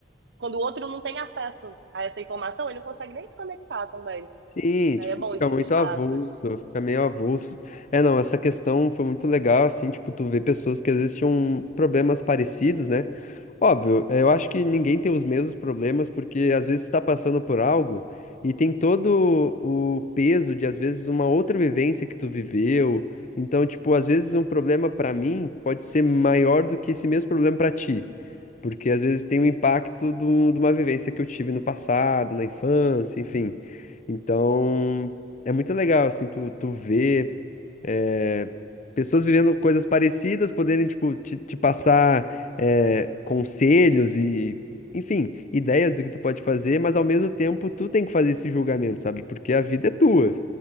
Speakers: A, on the right; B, on the left.
A: quando o outro não tem acesso a essa informação, ele não consegue nem se conectar também.
B: Sim,
A: Aí
B: tipo,
A: é bom
B: fica
A: esses
B: muito
A: espaços.
B: avulso, fica meio avulso. É, não, essa questão foi muito legal, assim, tipo, tu vê pessoas que às vezes tinham problemas parecidos, né? Óbvio, é, eu acho que ninguém tem os mesmos problemas, porque às vezes tu tá passando por algo e tem todo o peso de, às vezes, uma outra vivência que tu viveu. Então, tipo, às vezes um problema pra mim pode ser maior do que esse mesmo problema pra ti. Porque às vezes tem o impacto do, de uma vivência que eu tive no passado, na infância, enfim. Então, é muito legal, assim, tu, tu ver eh, pessoas vivendo coisas parecidas, poderem, tipo, te, te passar eh, conselhos e, enfim, ideias do que tu pode fazer, mas ao mesmo tempo tu tem que fazer esse julgamento, sabe? Porque a vida é tua,